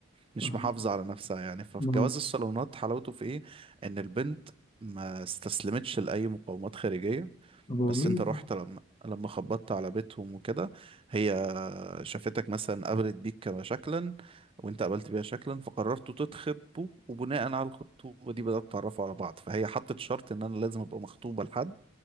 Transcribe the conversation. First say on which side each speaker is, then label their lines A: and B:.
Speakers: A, on the right; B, on the left.
A: مش
B: آه،
A: محافظة على نفسها يعني فجواز
B: ما هو
A: الصالونات حلاوته في ايه ان البنت ما استسلمتش لأي مقاومات خارجية
B: طب هو
A: بس
B: مين
A: انت رحت لما لما خبطت على بيتهم وكده هي شافتك مثلا قابلت بيك كما شكلا وانت قابلت بيها شكلا فقررتوا تتخطبوا وبناء على الخطوبة دي بدأت تعرفوا على بعض فهي حطت شرط ان انا لازم ابقى مخطوبة لحد